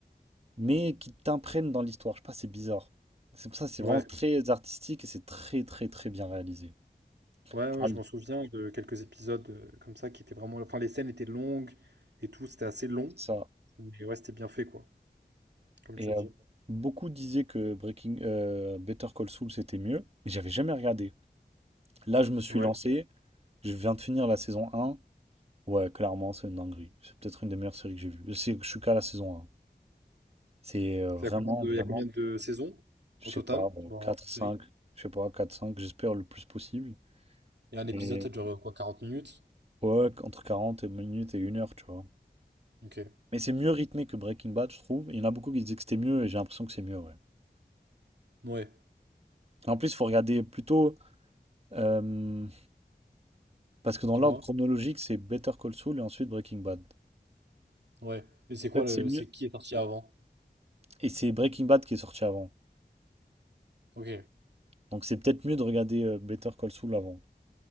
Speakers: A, on the right; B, on the right.
A: mais qui t'imprègne dans l'histoire. Je sais pas, c'est bizarre. C'est pour ça, c'est
B: Ouais.
A: vraiment très artistique et c'est très très très bien réalisé.
B: Ouais, ouais,
A: Allez,
B: je m'en souviens de quelques épisodes euh, comme ça qui étaient vraiment. Enfin, les scènes étaient longues et tout. C'était assez long.
A: c'est ça.
B: Mais ouais, c'était bien fait, quoi. Comme
A: Et
B: tu
A: euh,
B: dis.
A: beaucoup disaient que Breaking euh, Better Call Saul c'était mieux, mais j'avais jamais regardé. Là, je me suis
B: Ouais.
A: lancé. Je viens de finir la saison un. Ouais, clairement, c'est une dinguerie. C'est peut-être une des meilleures séries que j'ai vues. Je sais que je suis qu'à la saison un. C'est euh, vraiment,
B: Il y a combien de,
A: vraiment,
B: il y a combien de saisons
A: je
B: au
A: sais
B: total
A: pas, bon,
B: dans
A: 4
B: cette
A: 5
B: série?
A: je sais pas, 4 5 j'espère le plus possible.
B: Et un épisode,
A: Et
B: ça dure euh, quoi, 40 minutes?
A: ouais, entre 40 et minutes et une heure, tu vois.
B: Ok.
A: Mais c'est mieux rythmé que Breaking Bad, je trouve. Il y en a beaucoup qui disaient que c'était mieux et j'ai l'impression que c'est mieux, ouais.
B: Ouais.
A: En plus, il faut regarder plutôt, euh, parce que dans
B: Dis-moi.
A: l'ordre chronologique, c'est Better Call Saul et ensuite Breaking Bad.
B: Ouais. Et c'est quoi
A: Peut-être
B: le.
A: c'est mieux.
B: C'est qui est parti avant?
A: Et c'est Breaking Bad qui est sorti avant.
B: Ok.
A: Donc c'est peut-être mieux de regarder euh, Better Call Saul avant.